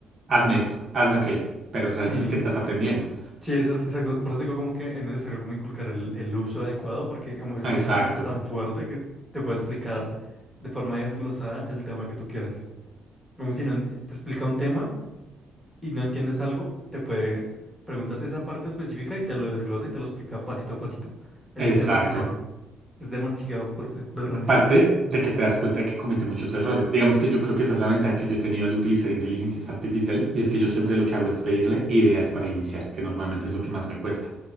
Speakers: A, on the right; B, in the centre.
A: hazme esto, hazme aquello, pero realmente
B: Sí,
A: ¿qué estás aprendiendo?
B: sí, eso, exacto. Por eso digo como que es necesario como inculcar el, el uso adecuado porque digamos, es
A: Exacto,
B: una herramienta tan fuerte que te puede explicar de forma desglosada el tema que tú quieras. Como si no en- te explica un tema y no entiendes algo, te puede, preguntas esa parte específica y te lo desglosa y te lo explica pasito a pasito, el
A: exacto.
B: tema que sea. Es demasiado fuerte la herramienta.
A: Parte de que te das cuenta de que comete muchos errores. Digamos que yo creo que esa es la ventaja que yo he tenido al utilizar inteligencias artificiales y es que yo siempre lo que hago es pedirle ideas para iniciar, que normalmente es lo que más me cuesta.